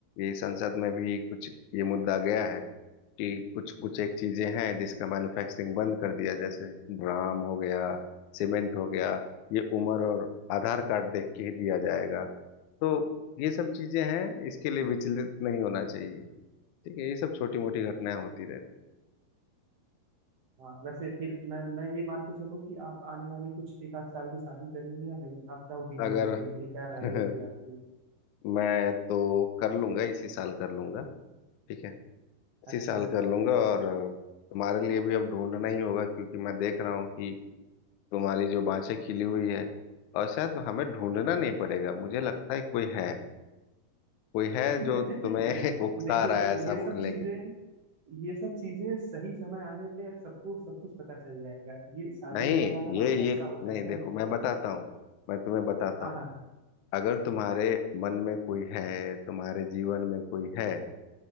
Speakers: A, on the left; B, on the right.
A: ये संसद में भी कुछ ये मुद्दा गया है कि कुछ कुछ एक चीजें हैं जिसका मैन्युफैक्चरिंग बंद कर दिया जैसे ड्राम हो गया सीमेंट हो गया ये उम्र और आधार कार्ड देख के ही दिया जाएगा तो ये सब चीजें हैं इसके लिए विचलित नहीं होना चाहिए ठीक है ये सब छोटी मोटी घटनाएं होती रहती
B: हाँ वैसे फिर मैं मैं ये मान के चलूँ कि आप आने वाले कुछ एक आध साल में शादी करेंगे या नहीं आप क्या ओपिनियन
A: अगर
B: देंगे मुझे क्या
A: <laughs>
B: राय रहेगी आपकी
A: मैं तो कर लूंगा इसी साल कर लूंगा ठीक है इसी
B: अच्छा
A: साल
B: है।
A: कर लूंगा और तुम्हारे लिए भी अब ढूंढना ही होगा क्योंकि मैं देख रहा हूँ कि तुम्हारी जो बाँछें खिली हुई है और शायद हमें ढूंढना नहीं पड़ेगा मुझे लगता है कोई है कोई है
B: <laughs>
A: जो तुम्हें <laughs> उकसा
B: देखिए
A: रहा है ऐसा
B: ये
A: बोलने
B: सब चीजें
A: के
B: ये सब चीजें सही समय आने पे सबको सब कुछ पता चल जाएगा ये शादी
A: नहीं
B: ब्याह वाला
A: ये
B: मामला
A: ये
B: ऐसा होता
A: नहीं
B: है ना
A: देखो मैं बताता हूँ मैं तुम्हें बताता
B: हाँ
A: हूँ
B: हाँ
A: अगर तुम्हारे मन में कोई है तुम्हारे जीवन में कोई है